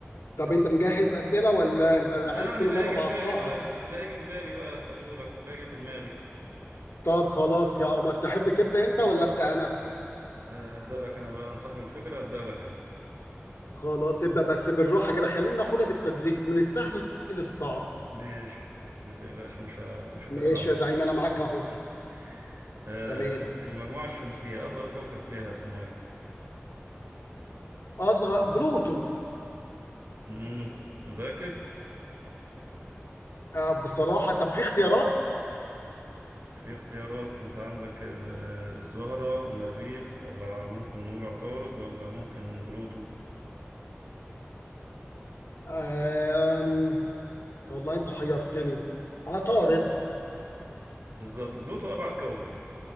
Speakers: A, on the left; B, on the right.
A: طب
B: يلا
A: انت مجهز اسئله ولا انت أنا
B: يعني
A: عارف كل
B: اللي
A: مره
B: هيجي
A: بقطعك
B: في بالي بقى اللي هيجي في بالي بقى اسأله لك اللي هيجي في دماغي
A: طب خلاص يا قمر تحب تبدا انت ولا ابدا انا
B: أه هبدأ لك انا بقى انا صاحب الفكرة هبدأ لك انا
A: خلاص ابدا بس بالراحه كده خلينا ناخدها بالتدريج من السهل للصعب
B: ماشي ما تقلقش مش ه... مش هتقل
A: ماشي
B: عليك
A: يا زعيم انا معاك اهو
B: <laughs> أه
A: تمام
B: المجموعة الشمسية أصغر كوكب فيها اسمه إيه؟
A: اصغر بلوتو
B: امم متأكد
A: آه بصراحه طب في اختيارات
B: في اختيارات انت عندك آه، الزهرة المريخ ولا ممكن نقول عطارد ولا ممكن بلوتو
A: آه والله انت حيرتني عطارد
B: بالظبط بلوتو أبعد كوكب